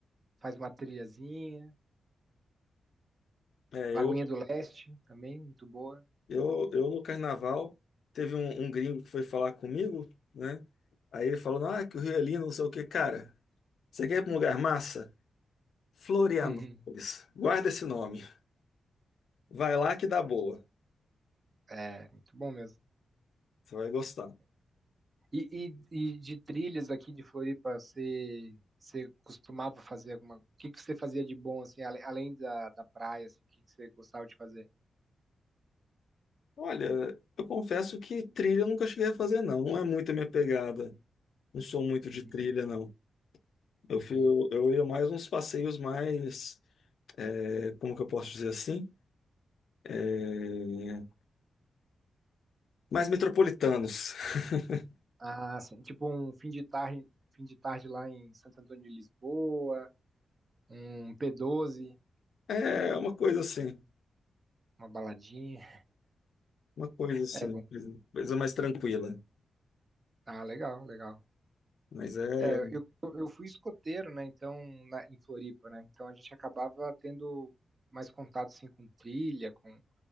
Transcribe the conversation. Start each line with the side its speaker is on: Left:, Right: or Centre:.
Right: faz uma trilhazinha,
Left: É,
Right: Lagoinha
Left: eu,
Right: do Leste também, muito boa.
Left: eu, eu no carnaval teve um, um gringo que foi falar comigo, né? Aí ele falou, ah, que o Rio é lindo, não sei o quê. Cara, você quer ir para um lugar massa? Florianópolis.
Right: <laughs>
Left: Guarda esse nome. Vai lá que dá boa.
Right: É, muito bom mesmo.
Left: Você vai gostar.
Right: E, e, e de trilhas aqui de Floripa, você, você costumava fazer alguma. O que, que você fazia de bom, assim, ale- além da, da praia, assim, o que, que você gostava de fazer?
Left: Olha, eu confesso que trilha eu nunca cheguei a fazer, não. Não é muito a minha pegada. Não sou muito
Right: Uhum,
Left: de trilha, não. Eu
Right: uhum.
Left: fui, eu, eu ia mais uns passeios mais, é, como que eu posso dizer assim? É, mais metropolitanos. <laughs>
Right: Ah, sim. Tipo um fim de tarde, fim de tarde lá em Santo Antônio de Lisboa, um P12,
Left: É uma coisa assim,
Right: uma baladinha.
Left: uma coisa assim,
Right: É bom.
Left: coisa mais tranquila.
Right: Ah, legal, legal.
Left: Mas é.
Right: É,
Left: É.
Right: eu, eu eu fui escoteiro, né? Então, na, em Floripa, né? Então a gente acabava tendo mais contato assim, com trilha, com,